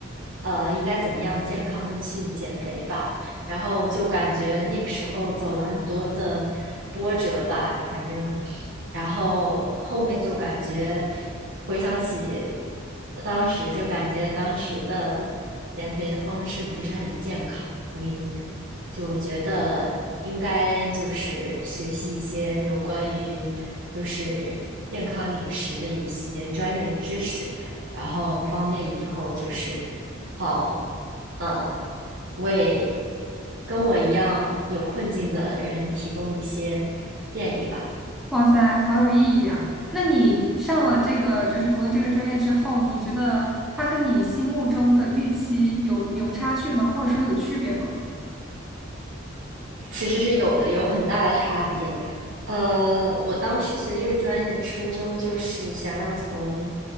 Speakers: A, on the right; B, in the centre.
A: 呃应该怎么样健康的去减肥吧，然后就感觉那个时候走了很多的波折吧，反正然后后面就感觉。回想起当时，就感觉当时的减肥的方式不是很健康，所以就我觉得应该就是学习一些有关于就是健康饮食的一些专业的知识，然后方便以后就是好，嗯，为跟我一样有困境的人提供一些建议吧。
B: 哇塞，好有意义啊！那你上了这个，就是读了这个专业之后，你觉得它跟你心目中的预期有有差距吗？或者说有区别吗？
A: 其实是有的，有很大的差别。呃，我当时学这个专业的初衷就是想要从